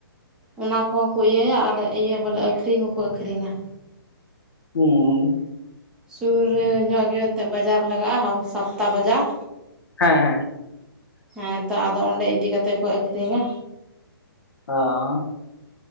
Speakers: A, in the centre; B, on the left (about 75°).
A: ᱚᱱᱟ ᱠᱚᱦᱚᱸ ᱠᱚ ᱤᱭᱟᱹ ᱭᱟ ᱟᱨ ᱤᱭᱟᱹ ᱵᱚᱞᱮ ᱟᱹᱠᱷᱨᱤᱧ ᱦᱚᱸᱠᱩ ᱟᱹᱠᱷᱨᱤᱧᱟ᱾
B: ᱦᱩᱸ᱾
A: ᱥᱩᱨ ᱧᱚᱜ ᱜᱮ ᱮᱱᱛᱮᱜ ᱵᱟᱡᱟᱨ ᱞᱟᱜᱟᱜ-ᱟ ᱦᱟᱯ ᱥᱟᱯᱛᱟ ᱵᱟᱡᱟᱨ᱾
B: ᱦᱮᱸ ᱦᱮᱸ᱾
A: ᱦᱮᱸᱛᱚ ᱟᱫᱚ ᱚᱸᱰᱮ ᱤᱫᱤ ᱠᱟᱛᱮᱜ ᱠᱚ ᱟᱹᱠᱷᱨᱤᱧᱟ᱾
B: ᱟᱸᱻ᱾